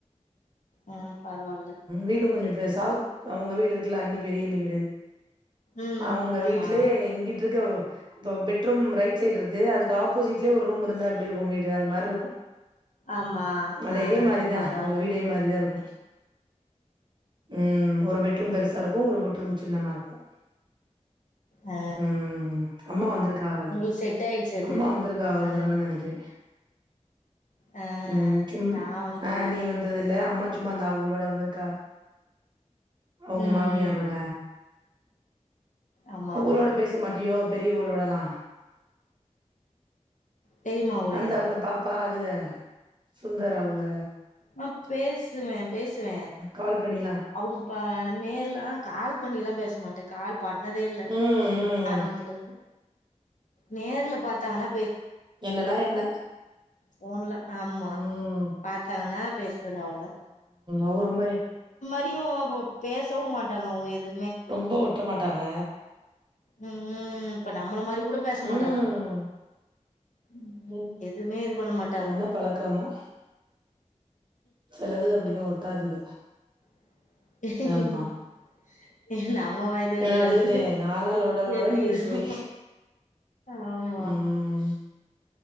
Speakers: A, on the left (about 80°); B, on the right (about 40°).
A: ம் பரவால்ல
B: வீடும் கொஞ்சம் சவுத் அவுங்க வீடு இருக்குல அண்ணி பெரியண்ணி வீடு
A: ம்
B: அவுங்க
A: ஆமா
B: வீட்லயே எங்கிட்டு இருக்க இப்போ பெட்ரூம் ரைட் சைட் இருக்கு அதுக்கு ஆப்போசிட்லயே ஒரு ரூம் இருந்தா எப்டி இருக்கு வீடு அது மார்ரி இருக்கு
A: ஆமா
B: அதே
A: ஆ
B: மாரி தா
A: பரவால்ல
B: அவுங்க வீடே மாரி தா இருக்கு ம் ஒரு பெட்ரூம் பெரிச சா இருக்கு ஒரு பெட் ரூம் சின்னமா இருக்கு
A: ஆ
B: ம் ம் அம்மா வந்திருக்காங்ளே
A: உங்களுக்கு செட் ஆயிடுச்சு அது
B: அம்மா வந்திருக்கா ஒரு
A: ஆ
B: தடவன்னு நெனைக்குரே
A: ஆ
B: ம் சும்
A: நா வந்ததில்ல
B: ஆ நீ வந்தது இல்ல அம்மா
A: ம்
B: சும்மா அந்தா அவங்களோட வந்துரு க்க அவுங்க
A: ம்
B: மாமியாரோட
A: ஆமா
B: அவுங்களோட
A: ஆமா
B: பேச மாட்டியோ பெரியவளோடலா
A: பெரிம்மா கூடயா
B: அந்த வந்த பாப்பா அதுங்க சுந்தரவுங்க
A: ஆ பேசுவே பேசுவே
B: கால் பண்ணிலாம்.
A: அவுங்க ப நேர்லா அ கால் பண்ணில்லா பேசமாட்டே கால்ப் பண்ணதே இல்ல
B: ம்,
A: அவுங்களுக்கு
B: ம்.
A: ஆரம்பத்துல இருந்து நேர்ல பாத்தாங்கனா
B: என்னன்னா என்ன
A: போன்ல ஆமா
B: ம்.
A: பாத்தாங்கன்னா பேசுறது அவ்வளவுதா
B: அவரு ரொம்பவே
A: எப்பயும் பே பேசவும் மாட்டாங்க அவுங்க எது
B: ரொம்ப ஒ ட்ட மாட்டாக
A: உம் உம் இப்ப நம்மள மாரி கூட பேச
B: உம்ம்
A: மாட்டாங்க ம்
B: உம்
A: எதுவுமே இது பண்ண மாட்டாங்க
B: என்ன பழக்கமோ சிலதுக அப்புடிதான் ஒட்டாதுக
A: <unintelligible>
B: ஆமா.
A: <unintelligible> இருக்காது
B: அதுதேன் நானும் லோடலோடன்ன்னு
A: பேசிக்கிறோ
B: பேசுவேன்
A: ஆமா
B: உம்ம்